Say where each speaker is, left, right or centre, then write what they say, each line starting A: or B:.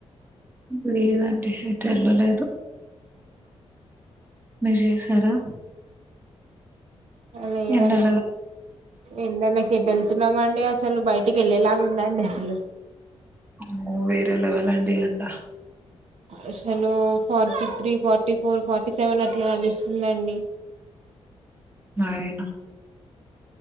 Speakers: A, on the right (about 15°); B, on the right (about 75°).
A: ఇప్పుడేదంటే షట్టర్లు లేదు మీరు చేసారా
B: లేదండి
A: ఎండలో
B: ఎండలకి ఏట్ వెళ్తున్నామండి అసల్ అసలు బయటికి వెళ్ళేలాగా ఉందండి అసలు,
A: అమ్మో వేరే లెవెల్ అండి ఎండ
B: అసలు forty three forty four forty seven అట్లా నడుస్తుందండి.
A: సరేనా